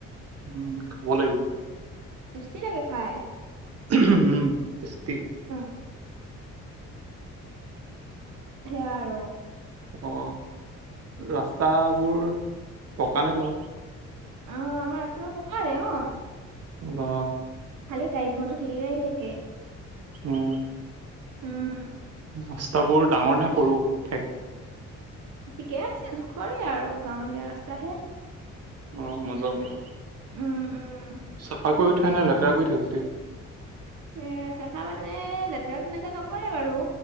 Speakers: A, on the right (about 55°); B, on the right (about 80°).
A: উম খাব লাগিব।
B: কেনেকে খায়?
A: উম তেছটি
B: <inaudible> সেয়া আৰু
A: অ ৰাস্তাবোৰ পকা নে তোমালোকৰ?
B: অ আমাৰ ৰাস্তাবোৰ পকায়ে অ
A: বা
B: খালি গাড়ী মটৰ ধেৰ আহি থাকে।
A: উম
B: উম
A: ৰাস্তাবোৰ ডাঙৰ নে সৰু ঠেক?
B: ঠিকে আছে জোখৰে আৰু গাঁৱলীয়া ৰাস্তাহে।
A: অ মজা মজা
B: উম উম
A: চফা। কৈ উঠাই নে লেতেৰা কৰি থাকৈ গোটেই।
B: এ চাফা মানে লেতেৰাত এনেকে নকৰে বাৰু।